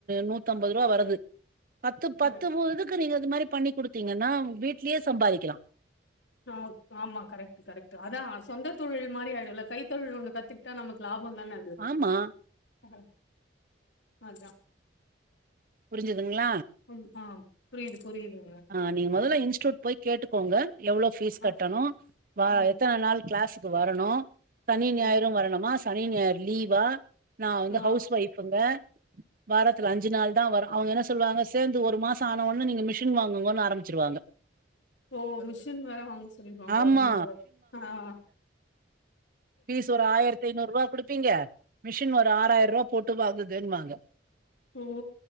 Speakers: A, on the right; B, on the left.
A: நூத்தம்பது ரூபா வருது பத்து பத்து
B: கரெக்ட்
A: ஒரு இது க்கு நீங்க இது மாரி பண்ணி குடுத்தீங்கன்னா வீட்லேயே சம்பாதிக்கலா
B: ஆ ஆமா கரெக்ட் கரெக்ட் அதா சொந்த தொழில் மாரி ஆயிடுல கைத்தொழில் ஒண்ணு கத்துக்கிட்டா நமக்கு லாபோ தானே
A: ஆமா
B: ஆ அதா
A: புரிஞ்சுதுங்க்ளா
B: ம் ஆ புரியுது புரியுது
A: ஆ நீங்க மொதல்ல இன்ஸ்டூயூட் போய் கேட்டுக்கோங்க எவ்ளோ ஃபீஸ்
B: ஆ
A: கட்டணு வ
B: ஆம்
A: எத்தன நாள் கிளாஸ்க்கு வரணு சனி ஞாயிரு
B: இருக்கு.
A: வரணுமா சனி ஞாயிற் லீவா நா வந்து
B: ஆ
A: ஹவுஸ் ஒயிஃபுங்க வாரத்துல அஞ்சு நாள் தா வரு அவங்க என்ன சொல்லுவாங்க சேர்ந்து ஒரு மாச ஆனவொன்னே நீங்க மிஷ் டின் வாங்குங்கன் ஆரம்பிச்சிருவாங்க
B: ஓ மிஷின் வேற வாங்க சொல்லிருவாங்க
A: ஆமா
B: ஒடனே இவ ஆ அ
A: பீஸ் ஒரு ஆயிரத்தி ஐநூறுவா குடுப்பீங்க மிஷின் ஒரு ஆறாயிருவா போட்டு வாங்குதுன்வாங்க
B: ஓ